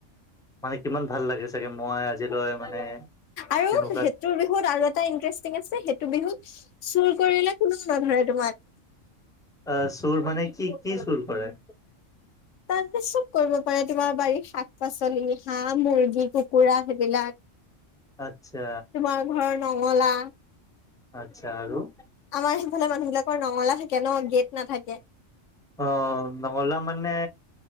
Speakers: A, in the centre; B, on the left.
A: মানে কিমান ভাল লাগে চাগে মই আজিলৈ মানে
B: আৰু
A: তেনেকুৱাত
B: সেই সেইটো বিহুত আৰু এটা ইন্টাৰেষ্টিং আছে সেইটো বিহুত চুৰ কৰিলে কোনেও নধৰে তোমাক।
A: অ চুৰ মানে কি কি চুৰ কৰে।
B: তাৰ চব কৰিব পাৰে তোমাৰ বাৰীৰ শাক পাচলি হাঁহ মুৰ্গী কুকুৰা সেইবিলাক <inaudible>
A: আচ্ছা
B: তোমাৰ ঘৰৰ নঙলা।
A: আচ্ছা আৰু?
B: আমাৰ সেইফালৰ মানুহবিলাকৰ নঙলা থাকে ন, গেট নাথাকে।
A: অ, নঙলা মানে